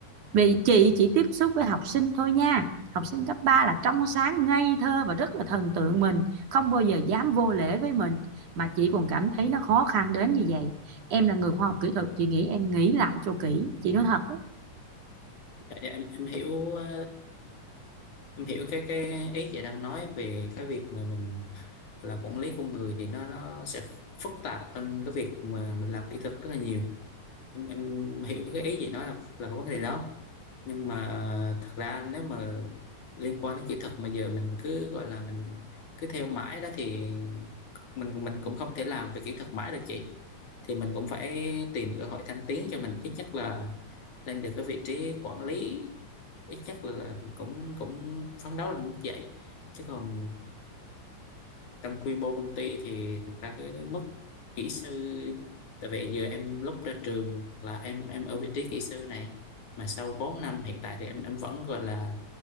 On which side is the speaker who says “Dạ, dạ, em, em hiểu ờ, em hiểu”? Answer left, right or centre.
Left